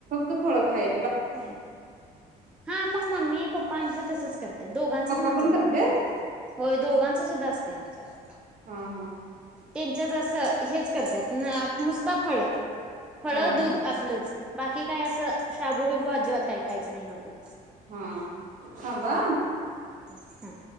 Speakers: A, on the right; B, in the centre.
A: तू फळ खाय.
B: होय हा मग मम्मी पप्पा आमचं तसच करत. दोघांचं
A: पप्पा
B: पण आमच्यात नवरन
A: करते
B: असतं होय दोघांचं सुद्धा असतं आमच्यात.
A: हम् हम्म.
B: त्यांच्यात असं हेच करतात नुसता फळ. फळ
A: हा हा
B: दूध असलच. बाकी काय असं शाबू बिबू अजिबात काही खायचं नाही नव्ह.
A: हा थांबा.
B: हम.